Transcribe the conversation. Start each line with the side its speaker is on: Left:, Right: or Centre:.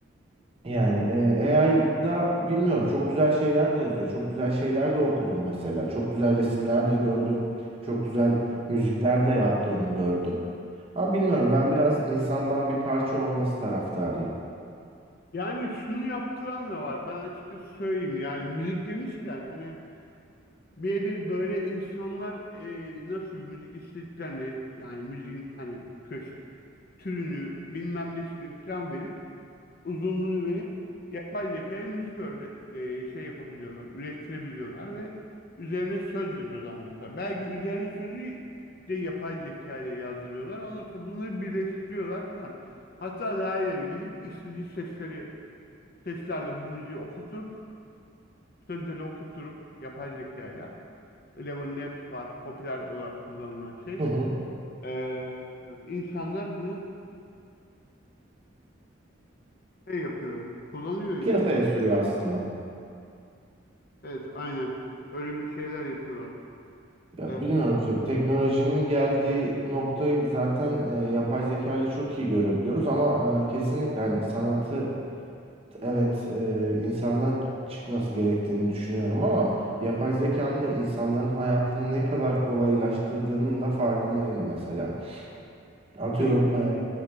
Right: Yani e, AI'da bilmiyorum çok güzel şeyler de yazıyor. Çok güzel şeyler de okudum mesela. Çok güzel resimler de gördüm. Çok güzel müzikler de yaptığını gördüm. Ama bilmiyorum ben biraz insandan bir parça olması taraftarıyım.
Left: Yani şunu yaptıran da var. Ben açıkçası söyleyeyim yani müzik demişken hani birebir böyle insanlar e, nasıl bir müzik istediklerini yani müziğin hani köş türünü bilmem nesini falan verip uzunluğunu verip yapay zekaya müzik örde e, şey yapabiliyorlar, ürettirebiliyorlar ve üzerine söz yazıyorlar mesela. Belki üzerine sözü de yapay zeka ile yazdırıyorlar. Ondan sonra bunları birleştiriyorlar falan. Hatta daha ileri gideyim istediği sesleri seslerle bu müziği okutup sözleri okutup yapay zekayla Eleven Labs var popüler olarak kullanılan şey.
Right: Hı hı.
Left: Ee, insanlar bunu şey yapıyor, kullanıyor yani.
Right: Piyasaya sürüyor aslında.
Left: Evet, aynen. Öyle bir şeyler yapıyorlar.
Right: Ya
Left: Ee,
Right: bilmiyorum şey, teknolojinin geldiği noktayı zaten e, yapay zeka ile çok iyi görebiliyoruz ama e, kesinlikle hani sanatı Evet, e, insandan çıkması gerektiğini düşünüyorum ama yapay zekanın da insanların hayatını ne kadar kolaylaştırdığının da farkındayım mesela. Atıyorum
Left: şey,
Right: e,
Left: e,